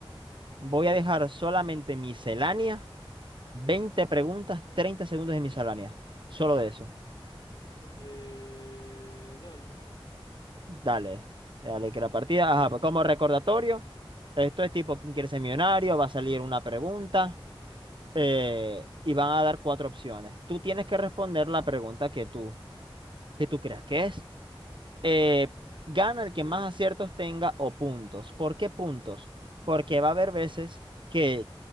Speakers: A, on the right (about 60°); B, on the left (about 50°).
A: Voy
B: Ok,
A: a dejar solamente miscelánea,
B: ok.
A: 20 preguntas, 30 segundos de miscelánea. Solo de eso.
B: Eh, dale,
A: Dale, dale que la partida.
B: está
A: Ajá,
B: bien.
A: pues como recordatorio, esto es tipo ¿Quién quiere ser millonario? Va a salir una pregunta eh, y van a dar cuatro opciones. Tú tienes que responder la pregunta que tú, que tú creas que es eh, gana el
B: Ok.
A: que más aciertos tenga o puntos. ¿Por qué puntos? Porque va a haber veces que